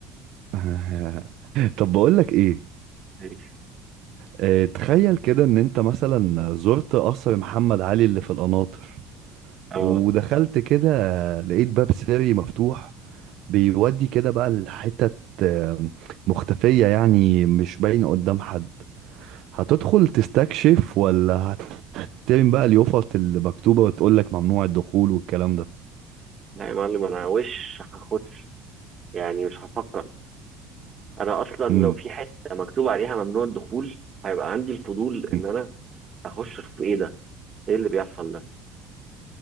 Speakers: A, on the right; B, on the right.
A: <laughs> طب بقول لك ايه
B: <laughs> ماشي.
A: اه تخيل كده ان انت مثلا زرت قصر محمد علي اللي في القناطر
B: اه
A: ودخلت كده آه، لقيت باب سري مفتوح بيودي كده بقى لحتت آه، مختفية يعني مش باينة قدام حد هتدخل تستكشف ولا هتحترم بقى اليوفط اللي مكتوبة وتقول لك ممنوع الدخول والكلام ده
B: لا يا معلم انا وش هخش يعني مش هفكر انا اصلا لو
A: مم.
B: في حته مكتوب عليها ممنوع الدخول هيبقى عندي الفضول ان
A: مم.
B: انا اخش اشوف ايه ده ايه اللي بيحصل ده